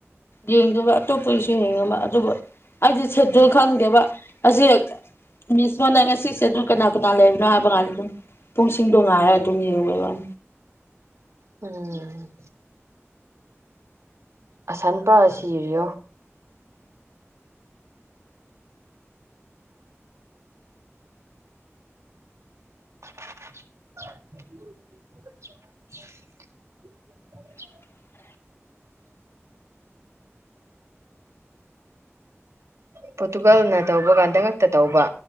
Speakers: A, on the left; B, on the right.
A: ꯌꯦꯡꯗꯕ ꯑꯇꯣꯞꯄꯒꯤꯁꯨ ꯌꯦꯡꯉꯕ ꯑꯗꯨꯕꯨ ꯑꯩꯗꯤꯦ ꯁꯦꯗꯨꯜ ꯈꯪꯗꯦꯕ ꯑꯁꯤꯁ ꯃꯤꯁ ꯃꯣꯅ ꯉꯁꯤꯁꯦ ꯑꯗꯨ ꯀꯅꯥ ꯀꯅꯥ ꯂꯩꯕꯅꯣ ꯍꯥꯏꯕ ꯀꯗ ꯑꯗꯨꯝ ꯄꯨꯡꯁꯤꯡꯗꯣ ꯉꯥꯏꯔꯒ ꯑꯗꯨꯝ ꯌꯦꯡꯕ <inaudible>
B: ꯎꯝ ꯑꯁꯟꯄꯥ ꯁꯤꯔꯤꯣ <unintelligible>
A: <inaudible>
B: ꯄꯣꯔꯇꯨꯒꯥꯜꯅ ꯇꯧꯕ ꯀꯥꯟꯗ ꯉꯛꯇ ꯇꯧꯕ